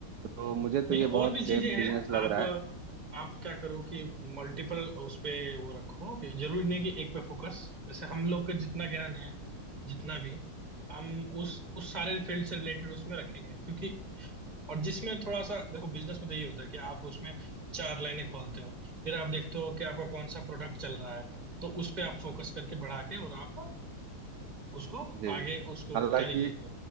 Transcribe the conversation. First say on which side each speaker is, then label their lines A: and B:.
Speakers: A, on the right; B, on the right.
A: तो
B: हम्म।
A: मुझे तो
B: नहीं
A: ये बहुत
B: और भी चीजें
A: सेफ
B: हैं
A: बिजनेस लग
B: आप
A: रहा है
B: आप क्या करो कि मल्टीपल उस पे वो रखो कि जरूरी नहीं कि एक पे फोकस जैसे हम लोग का जितना ज्ञान है जितना भी हम उस उस सारे फील्ड से रिलेटेड उसमें रखेंगे क्योंकि और जिसमें थोड़ा सा देखो बिजनेस में तो यही होता है कि आप उसमें चार लाइनें खोलते हो फिर आप देखते हो कि आपका कौन सा प्रोडक्ट चल रहा है तो उस पे आप फोकस करके बढ़ा के और आप उसको
A: जी
B: आगे
A: जी
B: उसको
A: हालांकि
B: कैरी करते